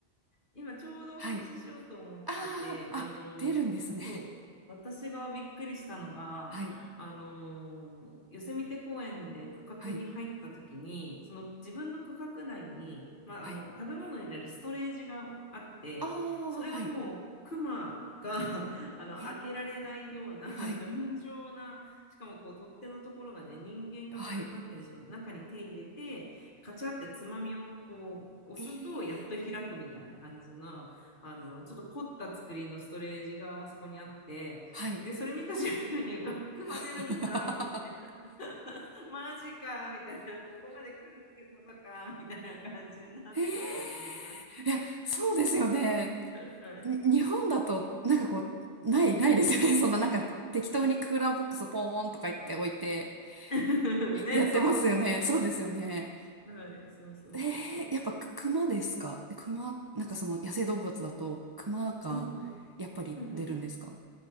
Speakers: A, on the left (about 45°); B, on the right (about 35°).
A: 今ちょうどお話ししようと思ってて、
B: はい。ああ、あ、
A: あの、
B: 出るんですね。
A: そう、私がびっくりしたのが、
B: はい、
A: あの、ヨセミテ公園で区画に入った時に、
B: はい、
A: その自分の区画内に、まあ、
B: はい。
A: あの、食べ物を入れるストレージがあって、
B: ああ、
A: それがもうクマが
B: はい。
A: <laughs> あの開けられないような
B: え、
A: <laughs>
B: はい、
A: 頑丈な、しかもこう取っ手のところがね、人間がこう、
B: はい。
A: なんていうんでしょう、中に手入れて、カチャってつまみをこう押すとやっと開くみたいな感じの、
B: ええ、
A: あの、ちょっと凝った作りのストレージがそこにあって、
B: はい。
A: で、それ見た瞬間に、うわ、
B: <laughs>
A: クマ出るんだ、みたいな <laughs>。マジか、みたいな。ここまで来るってことか、みたいな感じになって、
B: ええ、
A: ちょっとビビります。
B: いや、そうですよね。
A: はい。
B: に日本だと、なんかこう、ない、ないですよね。そんななんか適当にクーラーボックスポーンとか言っておいて、
A: <laughs>
B: いやってますよね。
A: ね、そうそうそうそう。
B: そうですよね。
A: はい、そうそうそうそう。
B: えー、やっぱく、熊ですか熊、なんかその野生動物だと熊がやっぱり出るんですか
A: うんうん。うんうん。